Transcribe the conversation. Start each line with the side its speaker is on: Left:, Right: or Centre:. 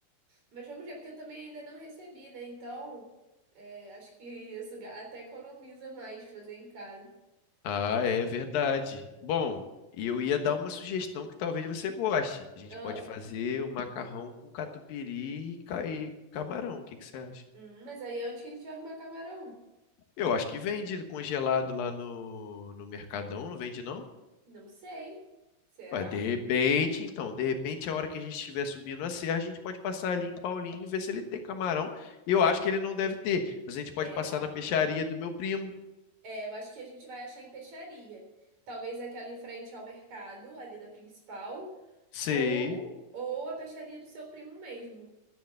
Right: mas vamos ver, porque eu também ainda não recebi, né? Então, é, acho que isso ga- até economiza mais fazer em casa.
Left: Ah, é verdade. Bom, eu ia dar uma sugestão que talvez você goste. A gente
Right: Ah,
Left: pode fazer o macarrão com catupiry e ca- e camarão. O que que você acha?
Right: hum, mas aí onde que a gente vai arrumar camarão?
Left: Eu acho que vende congelado lá no, no Mercadão, não vende não?
Right: Não sei. Será?
Left: Ué, de repente, então, de repente, a hora que a gente estiver subindo a serra, a gente pode passar ali em Paulinho e ver se ele tem camarão. Eu acho que ele não deve ter, mas a gente pode
Right: É,
Left: passar
Right: eu
Left: na peixaria do meu primo.
Right: É, eu acho que a gente vai achar em peixaria. Talvez aquela em frente ao mercado, ali da principal,
Left: Sei.
Right: ou, ou a peixaria do seu primo mesmo.